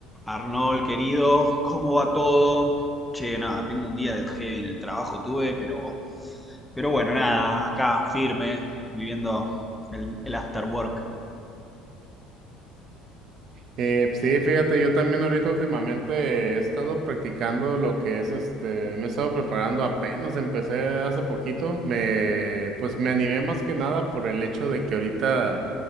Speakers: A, in the centre; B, on the right (about 45°).
A: Arnold, querido, ¿cómo va todo? Che, nada, tengo un día de heavy en el trabajo, tuve, pero, pero bueno, nada, acá, firme, viviendo el, el after work.
B: Eh, sí, fíjate, yo también ahorita últimamente he estado practicando lo que es este, me he estado preparando apenas, empecé hace poquito, me, pues me animé más que nada por el hecho de que ahorita